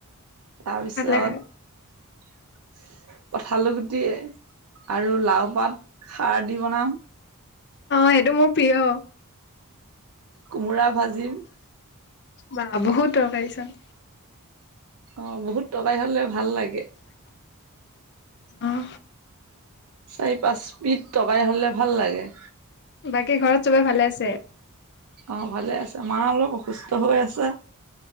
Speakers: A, on the right (about 70°); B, on the left (about 50°).
A: তাৰপিছত
B: ভালে
A: কঁঠাল গুটি আৰু লাও পাত খাৰ দি বনাম।
B: অ সেইটো মোৰ প্ৰিয়।
A: কোমোৰা ভাজিম
B: বা বহুত তৰকাৰী চোন।
A: অ বহুত তৰকাৰী হ'লে ভাল লাগে।
B: অহ।
A: চাৰি পাঁচবিধ তৰকাৰী হ'লে ভাল লাগে।
B: বাকী ঘৰত চবে ভালে আছে?
A: অ ভালে আছে, মা অলপ অসুস্থ হৈ আছে।